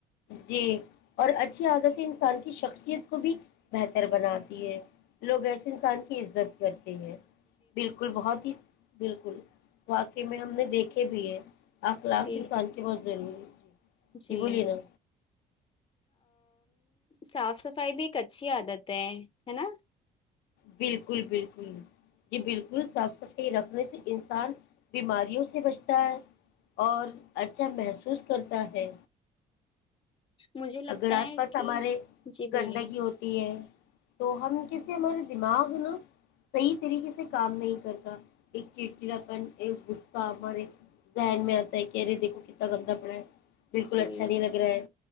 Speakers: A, on the left; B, on the left.
A: جی اور اچھی عادتیں انسان کی شخصیت کو بھی بہتر بناتی ہے لوگ ایسے انسان کی عزت کرتے بالکل بہت ہی بالکل واقع میں ہم نے دیکھے بھی ہے آخ لاکھ
B: جی
A: انسان کی مو ضروری جی
B: جی
A: بولیے نا
B: صاف صفائی بھی ایک اچھی عادت ہے ہے نا
A: بالکل بالکل جی بالکل صاف سف رکھنے سے انسان بیماریوں سے بچتا ہے اور اچھا محسوس کرتا ہے
B: مجھے لگتا
A: اگر آس
B: ہے
A: پاس
B: کہ
A: ہمارے
B: جی بولیے
A: گندگی ہوتی ہے تو ہم کس م <inaudible> دماغ نا صحیح طریقے سے کام نہیں کرتا ایک چڑچڑاپن ایک غصہ ہمارے ذہن میں آتا ہے کہ ارے دیکھو کتنا گندا پڑا ہے بالکل
B: جی
A: اچھا نہیں لگ رہا ہے